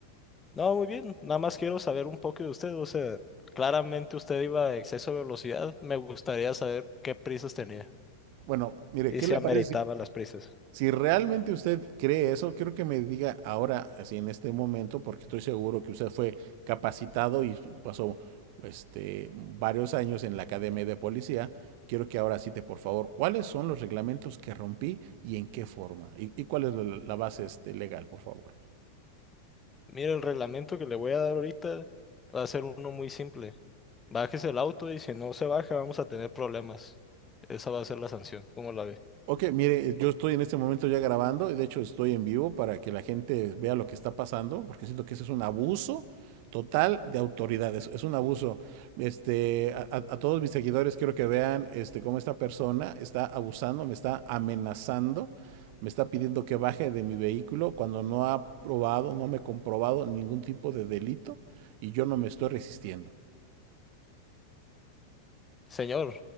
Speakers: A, on the left; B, on the right.
A: No, muy bien. Nada más quiero saber un poco de usted. O sea, claramente usted iba a exceso de velocidad. Me gustaría saber qué prisas tenía
B: Bueno, mire,
A: y
B: ¿qué
A: si
B: le
A: ameritaba
B: parece si
A: las prisas.
B: Si realmente usted cree eso, quiero que me diga ahora, así en este momento, porque estoy seguro que usted fue capacitado y pasó este, varios años en la academia de policía. Quiero que ahora cite, por favor, cuáles son los reglamentos que rompí y en qué forma, y, y cuál es la, la base este, legal, por favor.
A: Mire, el reglamento que le voy a dar ahorita va a ser uno muy simple. Bájese el auto y si no se baja vamos a tener problemas. Esa va a ser la sanción. ¿Cómo la ve?
B: Ok, mire, yo estoy en este momento ya grabando y de hecho estoy en vivo para que la gente vea lo que está pasando, porque siento que ese es un abuso total de autoridad, es, es un abuso. Este, a, a- a todos mis seguidores quiero que vean este, cómo esta persona está abusando, me está amenazando, me está pidiendo que baje de mi vehículo cuando no ha probado, no me ha comprobado ningún tipo de delito y yo no me estoy resistiendo.
A: Señor,